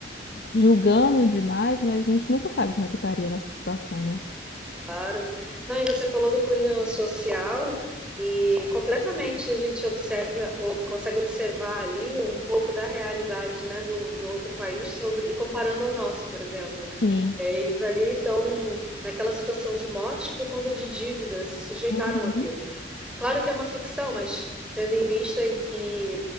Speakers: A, on the left (about 60°); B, in the centre.
A: julgando demais, mas a gente nunca sabe como é que estaria nessa situação, né?
B: claro. Não, e você falou do cunho social e completamente a gente observa, ou consegue observar ali um pouco da realidade, né, do, do outro país sobre e comparando ao nosso, por exemplo.
A: Sim.
B: É, eles ali estão naquela situação de morte por conta de dívida, se sujeitaram
A: Uhum.
B: àquilo. Claro que é uma ficção, mas tendo em vista em que